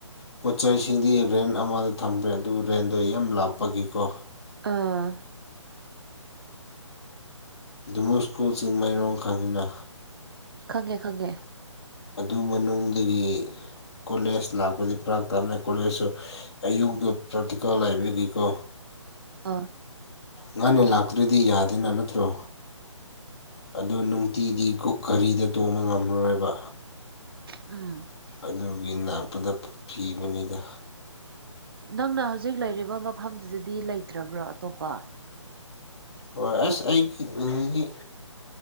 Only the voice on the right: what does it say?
ꯑꯥ
ꯈꯪꯉꯦ ꯈꯪꯉꯦ
ꯑꯥ
ꯎꯝ
ꯅꯪꯅ ꯍꯧꯖꯤꯛ ꯂꯩꯔꯤꯕ ꯃꯐꯝꯗꯨꯗꯗꯤ ꯂꯩꯇ꯭ꯔꯕ꯭ꯔꯣ ꯑꯇꯣꯞꯄ